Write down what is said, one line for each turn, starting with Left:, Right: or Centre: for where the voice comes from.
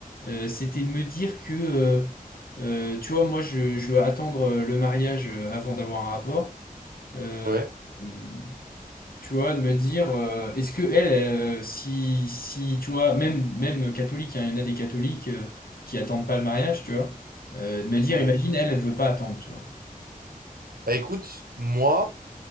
Left: Euh, c'était de me dire que, euh, euh, tu vois, moi, je, je veux attendre euh, le mariage euh, avant d'avoir un rapport. Euh,
Right: Ouais,
Left: hum, tu vois, de me dire, euh, est-ce que elle, euh, si, si, tu vois, même, même catholique, hein, il y en a des catholiques euh, qui attendent pas le mariage, tu vois, euh, de me dire,
Right: ouais.
Left: imagine, elle, elle veut pas attendre, tu vois.
Right: Bah écoute, moi,